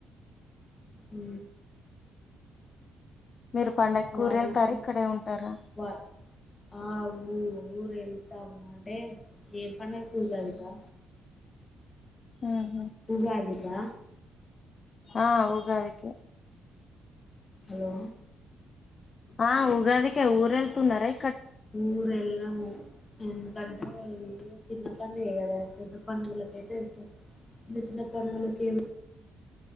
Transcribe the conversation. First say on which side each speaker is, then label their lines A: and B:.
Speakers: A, on the left; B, on the left.
A: ఉ
B: మీరు పండక్కి
A: వాయిసు
B: ఊరు వెళ్తారు ఇక్కడే ఉంటారా
A: వ ఆ ఊ ఊర్ వెల్ దమ్ము ఉంటే ఏ పండుగకు ఉగాది కా
B: ఉహు.
A: ఉగాది కా
B: ఆ ఉగాది కే
A: హలో
B: ఆ ఉగాది కే ఊరు వెళ్తున్నారై
A: ఊరు వెళ్ళాము ఎందుకంటే అ ఓ చిన్న పండుగ ఏ కదా పెద్ద పండుగలకు అయితే వెళ్తాం చిన్న చిన్న పండుగలకు ఏం